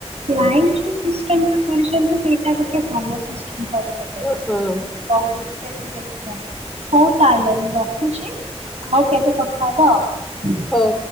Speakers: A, on the right; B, in the centre.
A: ଲାଇନ ଯୋଉ ସିଷ୍ଟମ ଟା କରିଛନ୍ତି ସେଇଟା ଗୋଟେ ଭଲ ସିଷ୍ଟମ କରିପାରି
B: ଉଁ ହୁଁ।
A: ଗହଳିରେ ତ ଏତେ ଦେଖିଅ ହଉ ତାହେଲେ ମୁଁ ରଖୁଛି ଆଉ କେବେ କଥା ହବ ଆଉ।
B: ହଉ।